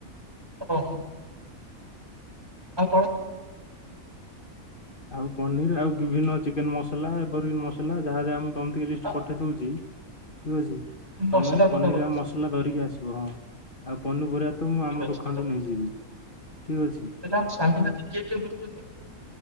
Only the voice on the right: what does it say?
ହଁ ଆଉ କଣ?
ଆ
ମସଲା
ଗୁଣ୍ଡ
ଗୋଟେ
ଠିକ
ଅଛି
ହେଲେ ଆମ ସାଙ୍ଗସାଥି କିଏ କିଏ ବୁଲୁଛନ୍ତି